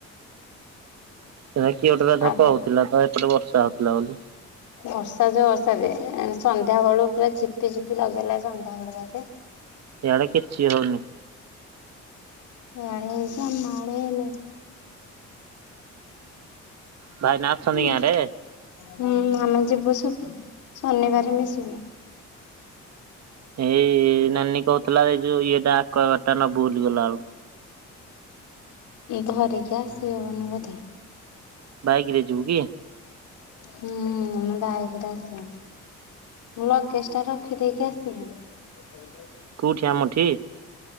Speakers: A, on the right; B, on the left.
A: ସେ କିଏ ଗୋଟେ କଥା
B: ତାପରେ
A: କହୁଥିଲା ତ ଏପଟେ ବର୍ଷା ହଉଥିଲା ବୋଲି।
B: ବର୍ଷା ଯୋଉ ବର୍ଷା ରେ ସନ୍ଧ୍ୟା ବେଳୁ ପୁରା ଝିପି ଝିପି ଲଗେଇଲା ସନ୍ଧ୍ୟା ବେଳେ ଯାକେ।
A: ଏଇ ଆଡ଼େ କିଛି ହଉନି।
B: ଇଆଡେ ହେଇଚି ଆମ ଆଡେ ହେଇନି।
A: ଭାଇନା ଅଛନ୍ତି
B: <inaudible>
A: ଗାଁରେ?
B: ହୁଁ ଆମେ ଯିବୁ ସେ- ଶନିବାର ମିଶିକି।
A: ଏଇ ନାନୀ କହୁଥିଲା ଏଇ ଯୋଉ ଇଏଟା ଆକୱାଗାର୍ଡ ଟା ନବୁ ବୋଲି ଗଲା ବେଳକୁ।
B: ଧରିକି ଆସି ହବନି ବୋଧେ।
A: ବାଇକ୍ ରେ ଯିବୁ କି
B: ହୁଁ ମୁ ବାଇକରେ ଆସେ। ଲଗେଜ ଟା ରଖିଦେଇକି ଆସିଲି। <inaudible>
A: କେଉଁଠି ଆମଠି?